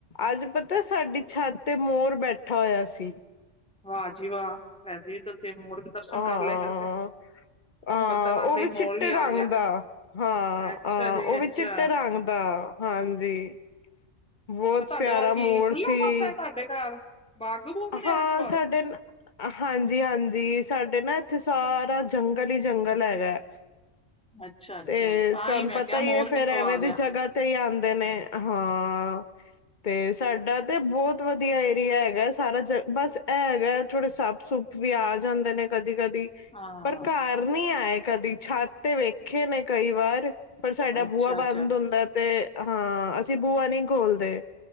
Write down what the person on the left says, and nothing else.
ਅੱਜ ਪਤਾ ਸਾਡੀ ਛੱਤ ਤੇ ਮੋਰ ਬੈਠਾ ਹੋਇਆ ਸੀ।
ਹਾਂ।
ਹਾਂ
ਉਹ ਵੀ
ਚਿੱਟੇ
ਰੰਗ
ਦਾ, ਹਾਂ
ਆ
ਉਹ ਵੀ
ਚਿੱਟੇ ਰੰਗ ਦਾ। ਹਾਂਜੀ। ਬਹੁਤ
ਪਿਆਰਾ
ਮੋਰ
ਸੀ
ਹਾਂ
ਸਾਡੇ। ਹਾਂਜੀ-ਹਾਂਜੀ ਸਾਡੇ ਨਾ ਇੱਥੇ ਸਾਰਾ ਜੰਗਲ ਹੀ ਜੰਗਲ ਹੈਗਾ।
ਤੇ
ਤੁਹਾਨੂੰ
ਪਤਾ
ਹੈ
ਫੇਰ ਐਵੇਂ
ਦੀ ਜਗ੍ਹਾ ਤੇ ਹੀ ਆਉਂਦੇ ਨੇ, ਹਾਂ। ਤੇ ਸਾਡਾ ਤੇ ਬੋਤ ਵਧੀਆ ਏਰੀਆ ਹੈਗਾ। ਸਾਰਾ ਜ ਬਸ ਐ ਹੈਗਾ ਥੋੜੇ ਸੱਪ ਸੁੱਪ ਵੀ ਆ ਜਾਂਦੇ ਨੇ ਕਦੀ-ਕਦੀ।
ਪਰ ਘਰ ਨੀ ਆਏ ਕਦੀ ਛੱਤ ਤੇ ਵੇਖੇ ਨੇ ਕਈ ਵਾਰ। ਪਰ ਸਾਡਾ
ਬੂਆ ਬੰਦ
ਹੁੰਦਾ ਤੇ, ਹਾਂ ਅਸੀਂ ਬੂਆ ਨੀ ਖੋਲਦੇ।